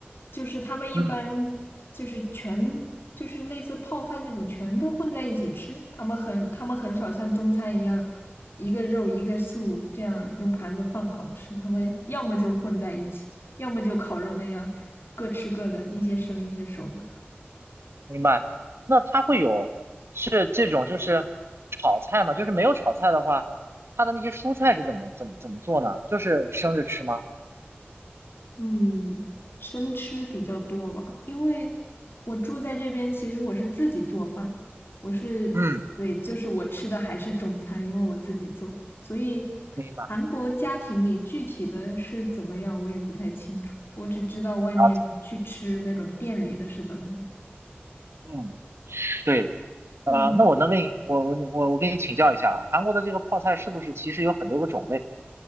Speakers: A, on the left; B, on the right.
A: 就是他们一般就是全就是类似泡饭那种，
B: 嗯
A: 全都混在一起吃。他们很他们很少像中餐一样，一个肉一个素这样用盘子放好吃。他们要么就混在一起，要么就烤肉那样各吃各的，一些生一些熟。的。
B: 明白。那它会有是这种就是炒菜吗？就是没有炒菜的话，它的那些蔬菜是怎么怎么怎么做呢？就是生着吃吗？
A: 嗯，生吃比较多吧，因为我住在这边，其实我是自己做饭，我是，
B: 嗯，
A: 对，就是我吃的还是中餐，因为我自己做，所以
B: 明白，
A: 韩国家庭里具体的是怎么样，我也不太清楚，我只知道外面去吃那种店里的是怎么样。
B: 了解。嗯，对
A: 嗯，
B: 啊，那我能跟你我我我我跟你请教一下啊，韩国的这个泡菜是不是其实有很多个种类？